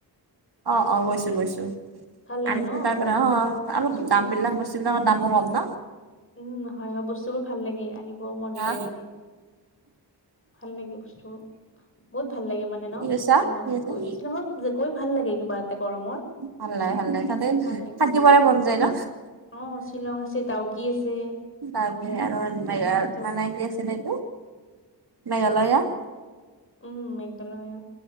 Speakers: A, on the right; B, on the left.
A: অ অ গৈছো গৈছো।
B: ভাল লাগে
A: আনিছো
B: ন
A: তাৰ
B: তাত
A: পৰা অ
B: পুলিচ
A: অলপ
B: বজাৰখন
A: দাম বিলাক বস্তু বিলাকৰ দামো কম ন?
B: উম হয় হয় বস্তুবোৰ ভাল লাগে আনিবও মন
A: ন।
B: যায় মানে। ভাল লাগে বস্তু বহুত ভাল লাগে মানে ন
A: কি কৈছা
B: শ্বিলঙত
A: কি কৈছা
B: গৈ শ্বিলঙত যে গৈ ভাল লাগে কিবা এতে গৰমত।
A: ভাল লাগে ভাল লাগে, তাতে
B: ভাল লাগে
A: থাকিবলৈ মন যায় ন?
B: অ শ্বিলং আছে ডাউকি আছে।
A: তে আৰু
B: ডাউকি
A: মে
B: যাব
A: মানে
B: পাৰি
A: কি আছিল এইটো মেঘালয়া।
B: উম একেলগে